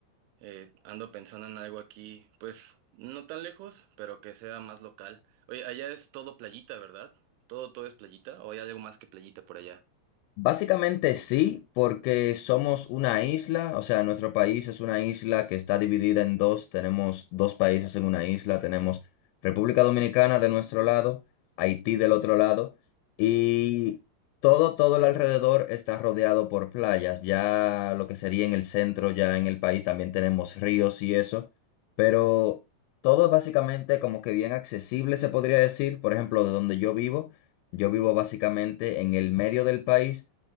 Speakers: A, on the right; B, on the left.
A: eh, ando pensando en algo aquí, pues no tan lejos, pero que sea más local. Oye, allá es todo playita, ¿verdad? Todo, todo es playita, o hay algo más que playita por allá.
B: Básicamente sí, porque somos una isla, o sea, nuestro país es una isla que está dividida en dos, tenemos dos países en una isla, tenemos República Dominicana de nuestro lado, Haití del otro lado, y todo, todo el alrededor está rodeado por playas, ya lo que sería en el centro, ya en el país también tenemos ríos y eso, pero todo es básicamente como que bien accesible se podría decir, por ejemplo, de donde yo vivo, yo vivo básicamente en el medio del país